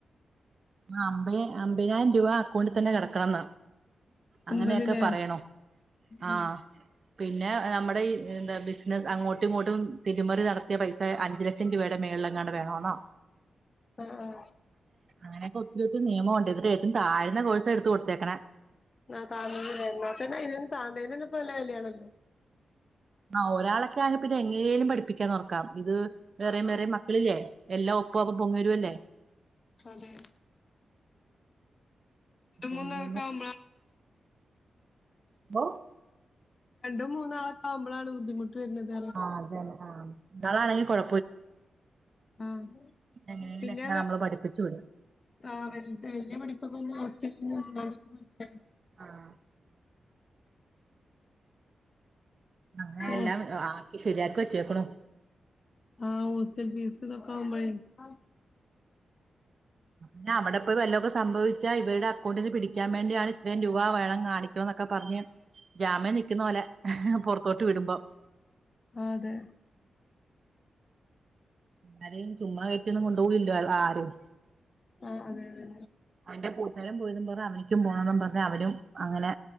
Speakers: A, on the right; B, on the left.
A: ആ അമ്പ അമ്പതിനായിരം രൂപ അക്കൗണ്ടിൽ തന്നെ കിടക്കണംന്ന്! അങ്ങനെയൊക്കെ
B: അമ്പതിലേ
A: പറയണോ?
B: ഉം
A: ആഹ! പിന്നെ നമ്മുടെ എന്താ ബിസിനസ് അങ്ങോട്ടും ഇങ്ങോട്ടും തിരുമറി നടത്തിയ പൈസ അഞ്ച് ലക്ഷം രൂപയുടെ മേള്ല് ങ്ങാണ്ട് വേണന്നോ
B: ആഹ് ആ
A: അങ്ങനക്കെ ഒത്തിരി നിയമണ്ട് ന്നിട്ട് ഏറ്റവും താഴ്ന്ന കോഴ്സ എടുത്ത് കൊടുത്തേക്ക ന്നെ
B: ആ താതേന്നെ മൊത്തത്തില് ഇത് പ്പം താതേന പ്പോലെ ആണ്
A: ആ ഒരാളൊക്കെ ആന്നെ പിന്നെ എങ്ങെനേലും പഠപ്പിക്കും പ്പിക്കാൻ നോക്കാം ഇത് വേറെയും
B: ആഹ്
A: വേറെ മക്കളില്ലേ എല്ലാം ഒപ്പ ഒപ്പ വരുവല്ലേ
B: അതെ മൂന്ന്
A: ഒന്നും
B: പേരൊക്കാവ്മ്പള
A: പ്പൊ
B: രണ്ടോ മൂന്നോ ആള്ണ്ടാവുമ്പോളാണ് ബുദ്ധിമുട്ട് വരുന്നത്
A: ആഹ് അതന്നെ ആഹ് നല്ലാണങ്കി കൊഴ
B: ആ
A: എങ്ങനെങ്കിലൊക്കെ
B: പിന്നെ
A: നമ്മള് പഠിപ്പിച്ചു വിടും
B: ആ വല്ല്യ പഠിപ്പൊക്കെ <unintelligible>
A: ആഹ് അങ്ങനെ
B: ഹോസ്
A: എല്ലാം ആക്കി ശരിയാക്കു ക്ക്ണൂ
B: ആഹ് ഹോസ്റ്റൽ ഫീസ് തൊക്കെ ആവുമ്പളെ ആ
A: പിെ അവിടെപ്പോയി വല്ലതൊക്കെ സംഭവിച്ചാ ഇരുടെ അക്കൗണ്ടിൽ നിന്ന് പിടിക്കാൻ വേണ്ടിയാണ് ഇത്രയും രൂപ വേണം കാണിക്ക ട്ടോന്നൊക്കെ പറഞ്ഞ് ജാമ്യം നിക്കുന്ന പോലെ പൊറത്തോട്ട് വിടുമ്പോ
B: അ അതെ
A: ആരെയും ചുമ്മാ കയറ്റിയൊന്നും കൊണ്ടുപോകല്ല ആരും
B: ആ അതെയതെ
A: എന്റെ കൂട്ടുകാരും പോയതും പറ അവനിക്കും പോണന്നും പറഞ്ഞ് അവനും അങ്ങനെ